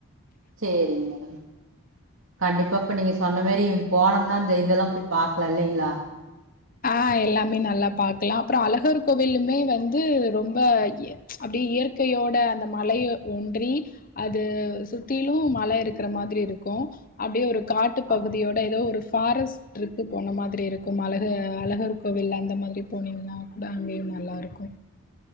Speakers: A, on the right; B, on the left.
A: சேரிங் மேடம் கண்டிப்பா இப்ப நீங்க ஸ் சொன்ன மேரி போனம்னா இந்த இதெல்லா போய் பாக்லா இல்லைங்ளா
B: ஆ எல்லாமே நல்லா பாக்லா அப்றோ அழகர் கோவிலுமே வந்து ரொம்ப அப்டியே இயற்கையோட அந்த மலைய ஒன்றி அது சுத்திலு மல இருக்ற மாதிரி இருக்கு அப்டியே ஒரு காட்டுப்
A: அப்
B: பகுதியோட ஏதோ ஒரு ஃபாரஸ்ட்ரிப்பு போன மாதிரி இருக்கு மல து அழகர் கோவில் அந்த மாதிரி போனீங்ன்னா கூட அங்கயு நல்லாருக்கு